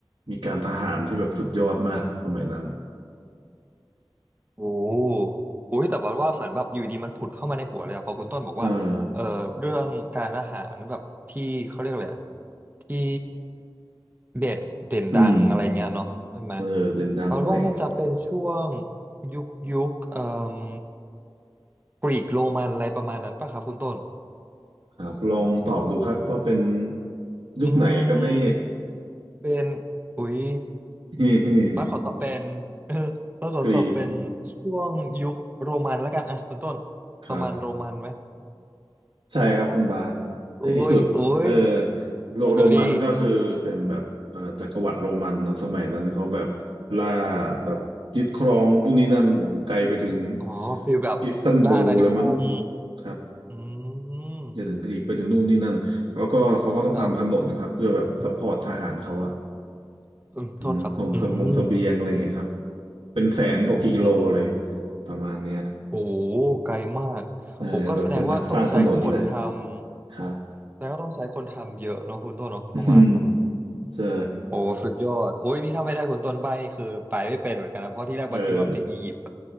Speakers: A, on the right; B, on the right.
A: มีการทหารที่แบบสุดยอดมากสมัยนั้น
B: โอ้โอ้ยแต่บัว่าเหมือนแบบอยู่ดีมันผุดเข้ามาในหัวเลยอะพอคุณต้นบอกว่าเอ่อเรื่องการทหารแบบที่เขาเรียกอะไรอะ
A: อ่า
B: ที่เด่นเด่นดังอะไรเงี้ยเนาะใช่ไหม
A: อืมเออเด่นดังเลย
B: เพราะว่าน่าจะเป็นช่วงยุคยุคเอ่มกรีกโรมันอะไรประมาณนั้นป่ะครับคุณต้น
A: ครับลองตอบดูครับว่าเป็นยุคไหนกันแน่
B: อืมเป็นอุ๊ย
A: <laughs>
B: บ้านขอตอบเป็น <laughs> เออบ้านขอตอบเป็นช่วงยุคโรมันแล้วกันอ่ะคุณต้น
A: กรีกครับ
B: ประมาณโรมันไหม
A: ใช่ครับคุณบาส
B: โอ้ยโอ้ย
A: ในที่สุดเออโรโรมันก็คือเป็นแบบเอ่อจักรวรรดิโรมันเนาะสมัยนั้นเขาแบบ
B: อิตาลี
A: ล่าแบบยึดครองทุกนนี้นั่นโอ้โหไกลไปถึง
B: อ๋อฟีลแบบล่าอาณานิคม
A: อิสตันบูลเลยมั้งครับ
B: อืม
A: อย่าถึงกรีกไปถึงนู่นนี่นั่นแล้วก็เขาก็ต้องทำถนนครับเพื่อแบบซัพพอร์ตทหารเขาอะ
B: ครับอืมอืมโทษครับอืม
A: อืมส่งสมงเสบียงอะไรอย่างเงี้ยครับเป็นแสนกว่ากิโลเลย
B: อืม
A: ประมาณเนี้ย
B: โอ้ไกลมากโอ้ก็แสดงว่าต้องใช้คนท
A: ใช่เลยเป็นนักสร้างถนนเลย
B: ำแสดงว่าต้องใช้คนทำเยอะเนาะคุณต้นเนาะประมาณนั้น
A: ครับ <laughs> อืมใช่
B: โอ้สุดยอดโอ้ยนี่ถ้าไม่ได้คุณต้นใบนี่คือไปไม่เป็นเหมือนกันนะเพราะที่แรกบัสคิดว่าเป็นอียิปต์
A: เออ